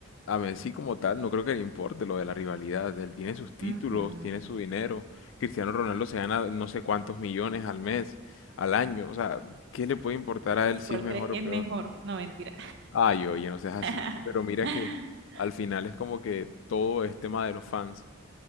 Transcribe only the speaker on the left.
a Messi como tal no creo que le importe lo de la rivalidad, él tiene sus títulos,
tiene su dinero, Cristiano Ronaldo se gana no sé cuántos millones al mes, al año, o sea, ¿qué le puede importar a él
si
es mejor
o
peor?
Ay, oye, no seas así,
pero mira que al final es como que todo es tema de los fans.